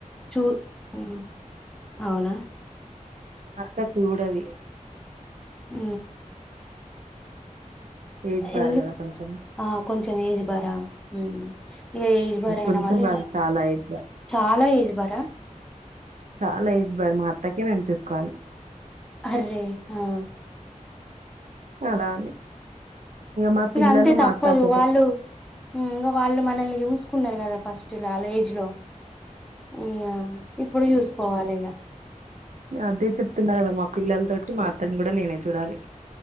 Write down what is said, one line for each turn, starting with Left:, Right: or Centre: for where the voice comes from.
Centre: చూ ఈ అవునా
Right: అత్త చూడది
Centre: ఉ
Right: ఏజ్ బార్
Centre: ఎందు
Right: కదా కొంచెం
Centre: ఆ కొంచం ఏజ్ బార ఆ ఇక ఏజ్ బార అయిన
Right: కొంచెం
Centre: వాళ్ళు
Right: కాదు
Centre: ఇక
Right: చాలా ఏజ్ బార్
Centre: చాలా ఏజ్ బార
Right: చాలా ఇస్ బర్ మాత్ర తకే మేము చేసుకోవాలి
Centre: అర్రే ఆ
Right: అలా అని మా
Centre: ఇక
Right: పిల్లలు
Centre: అంతే
Right: మా
Centre: తప్పదు
Right: అత్త ఒకటే
Centre: వాళ్ళు ఇంకా వాళ్ళు మనల్ని చూసుకున్నారు కదా ఫస్ట్ లో అాల ఏజ్ లో అయ్యా ఇప్పుడు చూసుకోవాలి ఇగ
Right: అదే చెప్తున్నా కదా మా పిల్లలతోోటి మా అత్తని కూడా నేనే చూడాలి